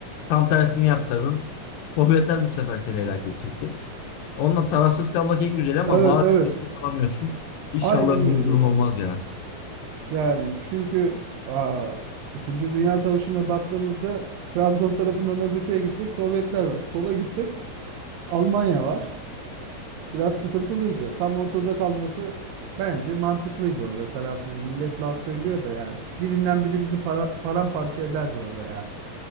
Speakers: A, on the left; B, on the right.
A: tam tersini yapsaydın Sovyetler bu sefer seni helak edecekti. Onunla tarafsız kalmak en güzel ama
B: Evet
A: bazen
B: evet.
A: işte kalamıyorsun. İnşallah
B: Aynen
A: öyle
B: öyle.
A: bir durum olmaz ya.
B: Yani çünkü aa, İkinci Dünya Savaşı'na baktığımızda Trabzon tarafından az öteye gitsek Sovyetler var. Sola gitsek Almanya var. Biraz sıkıntılıydı. Tam ortada kalması bence mantıklıydı orada tarafsız. Millet laf söylüyor da yani. Birinden biri bizi para, paramparça ederdi orada ya.